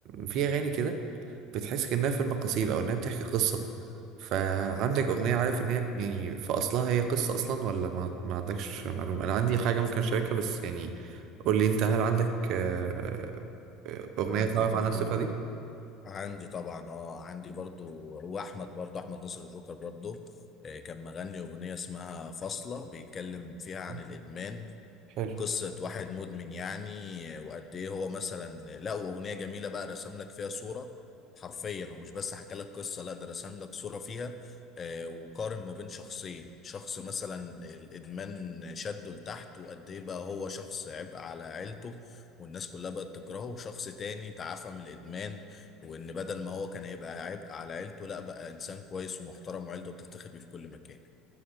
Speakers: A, on the right; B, on the left.
A: في اغاني كده بتحس كأنها فيلم قصير أو إنها بتحكي قصة فعندك أغنية عارف إن هي يعني في أصلها هي قصة أصلا ولا ما, ما عندكش معلومة أنا عندي حاجة ممكن أشاركها بس يعني قول لي أنت هل عندك آه، آه، أغنية
B: عندي
A: تعرف
B: برضو
A: عنها الصفة دي؟
B: عندي طبعا اه عندي برضو هو احمد برضو احمد نصر الجوكر برضو آه، كان مغني اغنيه اسمها فاصله بيتكلم فيها عن
A: آه،
B: الادمان
A: حلو
B: وقصه واحد مدمن يعني آه، وقد ايه هو مثلا لا واغنيه جميله بقى رسم لك فيها صوره حرفيا هو مش بس حكى لك قصه لا ده رسم لك صوره فيها آه، وقارن ما بين شخصين شخص مثلا الادمان شده لتحت وقد ايه بقى هو شخص عبء على عيلته والناس كلها بقت تكرهه وشخص تاني تعافى من الادمان وان بدل ما هو كان هيبقى عبء على عيلته لا بقى انسان كويس ومحترم وعيلته بتفتخر بيه في كل مكان